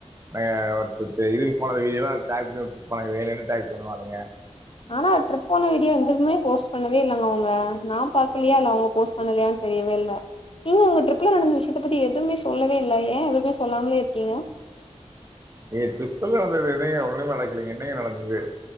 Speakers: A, on the right (about 25°); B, on the left (about 50°).
A: இன்னாங்கா இதுவா ஒரு ட்ரிப்பு இதுக்கு போனத வீடியோல பண்ணி வுட்டுருப்பானுங்க வேணும்ன்னு டேக் பண்ணுவானுங்க
B: ஆனா ட்ரிப் போன வீடியோ எதுவுமே போஸ்ட் பண்ணவே இல்லங்க அவுங்க நா பாக்கலியா இல்ல அவுங்க போஸ்ட் பண்ணலயான் தெ தேவ இல்ல ஏங்க உங்க ட்ரிப்ல நடந்த விஷ்யத்த பத்தி எதுவுமே சொல்லவே இல்ல ஏ எதுவ்மே சொல்லாம்லே இருக்கீங்க
A: ஏ ட்ரிப்ல நடந்தது என்னங்க ஒண்ணு நடக்லீங்க என்னங்க நடந்தது